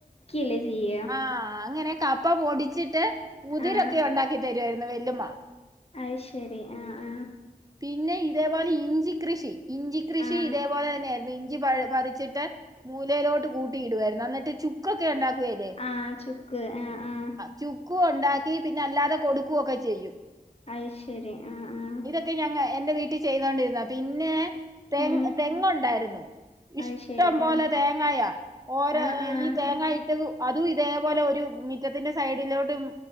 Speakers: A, on the left; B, on the right.
A: ല്ലേ ചെയ്യാ
B: ആഹ് അങ്ങനെ കപ്പ പൊടിച്ചിട്ട് മുതിരൊക്കെ
A: ആഹ്
B: ഒണ്ടാക്കി തരുവായിരുന്നു വെല്ലുമ്മ
A: അയ് ശരി ആഹ് ആഹ്
B: പിന്നെ ഇതേ പോലെ ഇഞ്ചി കൃഷി ഇഞ്ചി കൃഷി
A: ആഹ്
B: ഇതേ പോലെ തന്നെയായിരുന്നു ഇ ഞ്ചി പ പറിച്ചിട്ട് മൂലയിലോട്ട് കൂട്ടി ഇടുവാരുന്നു അന്നിട്ട് ചുക്കൊക്കെ ഉണ്ടാക്കുവേലെ
A: ആഹ് ചുക്ക് ആഹ് ആഹ്
B: ചുക്കും ഒണ്ടാക്കി പിന്നെ അല്ലാതെ കൊടുക്കുവൊക്കെ ചെയ്യും
A: അയ് ശരി ആഹ് ആഹ്
B: ക്കെ ഞങ്ങ എന്റെ വീട്ടി ചെയ്തോണ്ടിരുന്നതാ, പിന്നെ തേങ്ങ്
A: ഉം
B: തെങ്ങൊണ്ടാരുന്നു ഇഷ്ടം
A: അത് ശരി
B: പോലെ
A: ആഹ്
B: തേങ്ങായാ, ഓരോ
A: ആഹ് ആഹ്
B: ഈ തേങ്ങായി തു അതും ഇതേപോലെ ഒരു മി റ്റത്തിന്റെ സൈഡിലോട്ടും